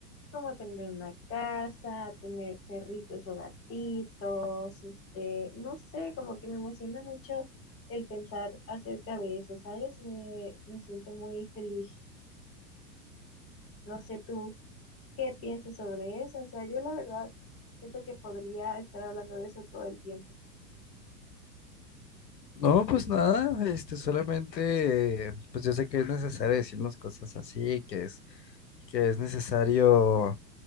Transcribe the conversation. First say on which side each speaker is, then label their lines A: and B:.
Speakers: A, on the left; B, on the left.
A: como tener una casa, tener perritos o gatitos, este, no sé, como que me emociona mucho el pensar acerca de eso, ¿sabes? Me, me siento muy feliz. No sé tú qué piensas sobre eso, o sea, yo la verdad siento que podría estar hablando de eso todo el tiempo.
B: No, pues nada, este, solamente, eh, pues yo sé que es necesario decirnos cosas así, que es, que es necesario